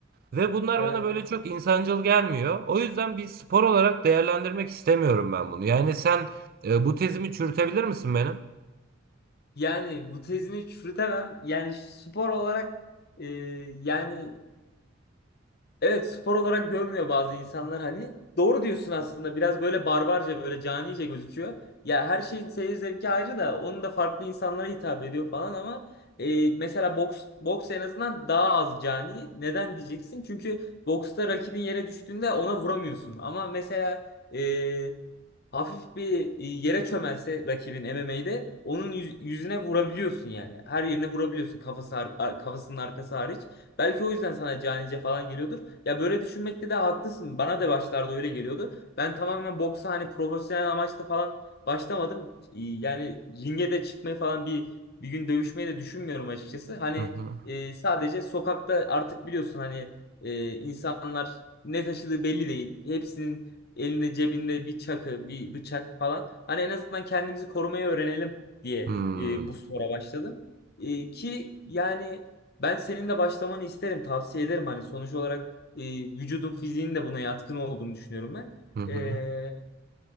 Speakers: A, on the right; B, on the left.
A: Ve bunlar
B: Evet.
A: bana böyle çok insancıl gelmiyor. O yüzden bir spor olarak değerlendirmek istemiyorum ben bunu. Yani sen e, bu tezimi çürütebilir misin benim?
B: Yani bu tezini çürütemem. Yani spor olarak e, yani Evet spor olarak görmüyor bazı insanlar hani. Doğru diyorsun aslında. Biraz böyle barbarca böyle canice gözüküyor. Ya her şeyin seyir zevki ayrı da onun da farklı insanlara hitap ediyor falan ama e, mesela boks boks en azından daha az cani. Neden diyeceksin? Çünkü boksta rakibin yere düştüğünde ona vuramıyorsun. Ama mesela e, hafif bir e, yere çömelse rakibin MMA'de onun yüz- yüzüne vurabiliyorsun yani. Her yerine vurabiliyorsun kafası har- ar- kafasının arkası hariç. Belki o yüzden sana canice falan geliyordur. Ya böyle düşünmekte de haklısın. Bana da başlarda öyle geliyordu. Ben tamamen boksa hani profesyonel amaçla falan başlamadım. Ee, Yani ringe de çıkmayı falan bir bir gün dövüşmeyi de düşünmüyorum açıkçası. Hani
A: Hı hı.
B: e, sadece sokakta artık biliyorsun hani e, insanlar ne taşıdığı belli değil. Hepsinin elinde cebinde bir çakı, bir bıçak falan. Hani en azından kendimizi korumayı öğrenelim diye
A: Hmm.
B: e, bu spora başladım. E, ki yani ben senin de başlamanı isterim, tavsiye ederim. Hani sonuç olarak e, vücudun fiziğinin de buna yatkın olduğunu düşünüyorum ben.
A: Hı hı.
B: E,